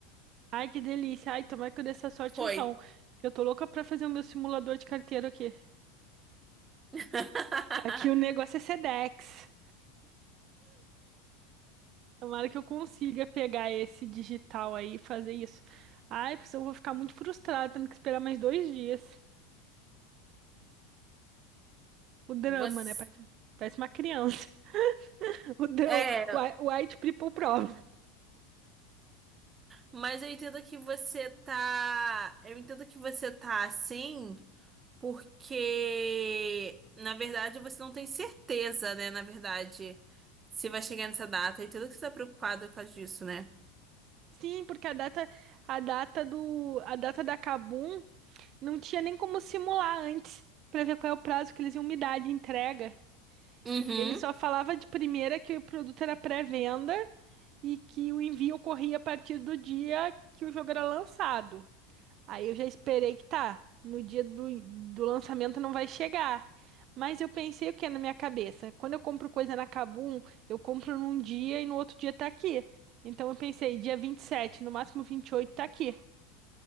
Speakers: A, on the right; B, on the right.
A: Ai, que delícia. Ai, tomara que eu dê essa sorte
B: Foi.
A: então. Que eu tô louca pra fazer o meu simulador de carteiro aqui.
B: <laughs>
A: Aqui o negócio é Sedex. Tomara que eu consiga pegar esse digital aí e fazer isso. Ai, porque senão eu vou ficar muito frustrada, tendo que esperar mais dois dias. O drama,
B: Você...
A: né? Parece, parece uma criança. <laughs> O, dra-
B: É,
A: o whi- o White People Problem.
B: mas eu entendo que você tá. Eu entendo que você tá assim, porque na verdade você não tem certeza, né? Na verdade, se vai chegar nessa data. Eu entendo que você tá preocupado por causa disso, né?
A: Sim, porque a data, a data do, a data da Kabum não tinha nem como simular antes pra ver qual é o prazo que eles iam me dar de entrega.
B: Uhum.
A: Ele só falava de primeira que o produto era pré-venda e que o envio ocorria a partir do dia que o jogo era lançado. Aí eu já esperei que tá, no dia do, do lançamento não vai chegar. Mas eu pensei o que é na minha cabeça? Quando eu compro coisa na Kabum, eu compro num dia e no outro dia tá aqui. Então eu pensei, dia 27, no máximo 28 tá aqui.